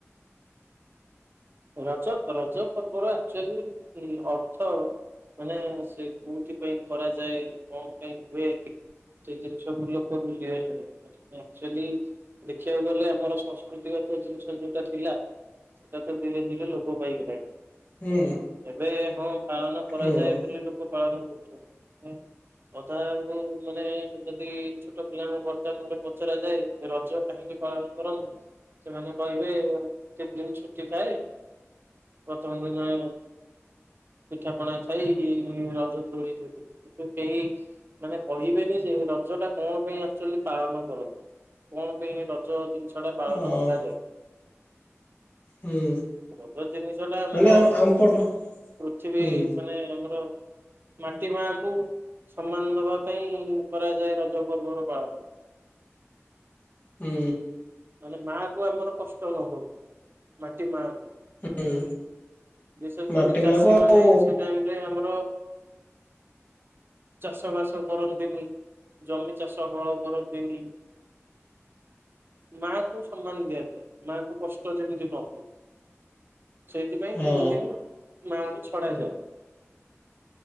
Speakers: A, on the right (about 45°); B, on the left (about 35°).
A: ରଜ ରଜ ପର୍ବର ଆଚୁଆଲି ଅର୍ଥ ମାନେ ସେ କୋଉଥି ପାଇଁ କରାଯାଏ କଣ ପାଇଁ ହୁଏ। ସେ ଜିନିଷ ଲୋକ ଭୁଲିଗଲେ। ଆକଚୁଆଲି ଦେଖିବାକୁ ଗଲେ ଆମର ସଂସ୍କୃତି ଗତ ଜିନିଷ ଯୋଉଟା ଥିଲା ସେଟା ଧୀରେ ଧୀରେ ଲୋପ ପାଇଗଲାଣି।
B: ହୁଁ
A: ଏବେ ହଁ ପାଳନ କରାଯାଏ
B: ହୁଁ।
A: ବୋଲି ଲୋକ ପାଳନ କରୁଛନ୍ତି। ଅଧାଙ୍କୁ ମାନେ ଯଦି ଛୋଟ ପିଲାଙ୍କୁ ବର୍ତ୍ତମାନ ପଚରା ଯାଏ ରଜ କାହିଁକି ପାଳନ କରନ୍ତୁ ସେମାନେ କହିବେ କେତେ ଦିନ ଛୁଟି ଥାଏ। ପ୍ରଥମ ଦିନ ପିଠାପଣା ଖାଇ ରଜ ଦୋଳି ଝୁଲି କିନ୍ତୁ କେହି ମାନେ କହିବେନି ଯେ ରଜ ଟା କଣ ପାଇଁ ଆକଚୁଆଲି ପାଳନ କରନ୍ତି। କଣ ପାଇଁ ରଜ ଜିନିଷ ଟା ପାଳନ
B: ଓ
A: କରାଯାଏ।
B: ହୁଁ
A: ରଜ ଜିନିଷ ଟା ଆମର
B: ମାନେ ଆ ଆମପଟ
A: ପୃଥିବୀ
B: ହୁଁ
A: ମାନେ ଆମର ମାଟି ମାଙ୍କୁ ସମ୍ମାନ ଦବା ପାଇଁ କରାଯାଏ ରଜ ପର୍ବ ର ପାଳନ।
B: ହୁଁ।
A: ମାନେ ମାକୁ ଆମର କଷ୍ଟ ନ ହଉ ମାଟି ମାକୁ।
B: ହୁଁ।
A: ବିଶେଷ
B: ମାଟି
A: କରି ଚାଷୀ
B: ମାହାକୁ ଆଉ
A: ମାନେ ସେ ଟାଇମରେ ଆମର ଚାଷ ବାସ କରନ୍ତିନି ଜମି ଚାଷ ହଳ କରନ୍ତିନି। ମା କୁ ସମ୍ମାନ ଦିଆଯାଏ। ମା କୁ କଷ୍ଟ ଯେମିତି ନ ହୁଏ। ସେଇଥିପାଇଁ
B: ହଁ
A: ତିନି ଦିନି ମାଙ୍କୁ ଛଡା ଯାଏ।